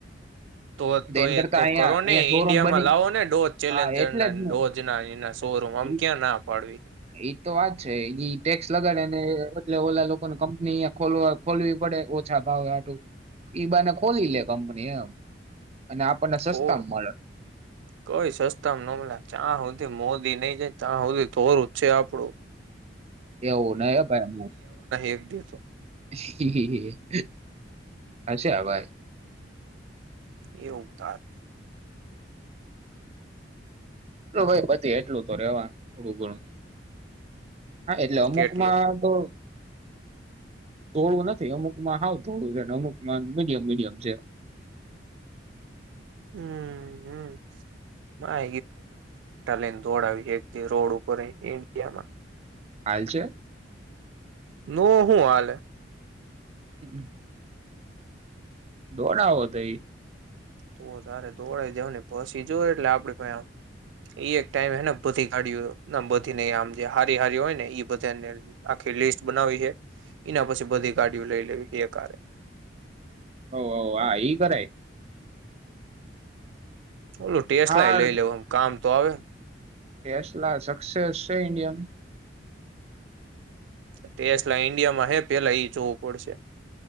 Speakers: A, on the right (about 80°); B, on the right (about 35°).
A: તો તો
B: એન
A: એ
B: કરતા
A: તો
B: અહીંયા
A: કરો
B: અહીંયા
A: ને
B: શોરૂમ
A: ઈન્ડિયામા
B: બની
A: લાવો ને ડોઝ ચેલેન્જર
B: હા એટલે
A: ના
B: જ
A: ડોઝ
B: ને
A: ના શોરૂમ આમ
B: ઈ
A: ક્યાં ના પાડવી
B: એઈ તો વાત છે એ ટેક્સ લગાડે ને એટલે ઓલા લોકોને કંપની અ ખોલવા ખોલવી પડે ઓછા ભાવે હાટુ ઈબાને ખોલી લે કંપની એમ અને આપણને સસ્તામાં
A: કો
B: મળે
A: કોઈ સસ્તા નમ ચા સુધી મો દી નહી જાય તા હુધિ તોરું છે આપણું
B: એવું નહી ભાઈ
A: એક દી તો
B: <unintelligible> હીહી હશે હવે <unintelligible>
A: એ ઉતાર
B: જો ભઈ બધે એટલું તો રેવાનું થોડું ઘણું હા એટલે અમુક
A: કેટલું
B: માં તો થોડું નથી અમુકમાં હાવ થોડું છે અને અમુકમાં મીડિયમ મીડિયમ છે
A: હમ હમ <unintelligible> લઈને દોડાવયે એક રોડ ઉપર ઇન્ડિયામાં
B: હાલ છે
A: નો હું આલે
B: હમ દોડાઓ તઈ
A: તો તારે દોડઈ જાવ ને પછી જો એટલે આપડી પાહે એક ટાઈમ હેને બધી ગાડીઓ ના બધી નઈ આમ જે હારી હારી હોય ને ઈ બધાને આખી લિસ્ટ બનાવી હે એના પછી બધી ગાડીઓ લઈ લેવી એક હારે
B: હવહવ આ ઈ કરાય
A: ઓલું ટેસલાઈ
B: આ
A: લઇ લેવુ કામ તો અવે
B: ટેસ્લા સક્સેસ છે ઇન્ડિયાનું
A: ટેસ્ટલા ઈન્ડિયામાં હે પહેલા એ જોવું પડશે